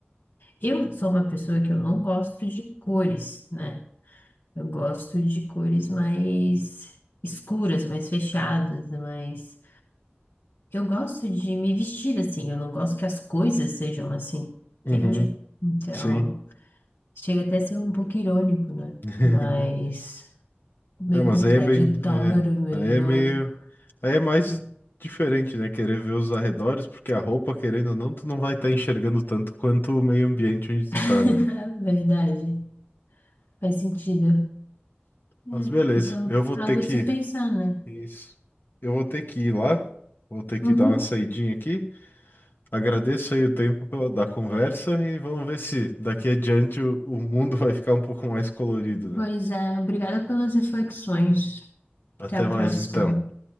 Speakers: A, on the left; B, on the left.
A: Eu sou uma pessoa que eu não gosto de cores, né? Eu gosto de cores mais escuras, mais fechadas, mais Eu gosto de me vestir assim, eu não gosto que as coisas sejam assim, entende?
B: Uhum,
A: Então,
B: sim.
A: chega até a ser um pouco irônico, né?
B: <laughs>
A: Mas meio
B: É, mas
A: contraditório,
B: aí é bem. É,
A: meio
B: aí
A: irônico.
B: é meio. Aí é mais diferente, né? Querer ver os arredores, porque a roupa, querendo ou não, tu não vai estar enxergando tanto quanto o meio ambiente onde tu
A: <laughs>
B: tá, né?
A: Verdade, faz sentido. É,
B: Mas beleza,
A: então,
B: eu vou
A: algo
B: ter que.
A: a se pensar, né?
B: Isso. Eu vou ter que ir lá, vou ter que
A: Uhum.
B: dar uma saidinha aqui. Agradeço aí o tempo pela, da conversa e vamos ver se daqui adiante o, o mundo <laughs> vai ficar um pouco mais colorido,
A: Pois
B: né?
A: é, obrigada pelas reflexões.
B: Até
A: Até a
B: mais
A: próxima.
B: então.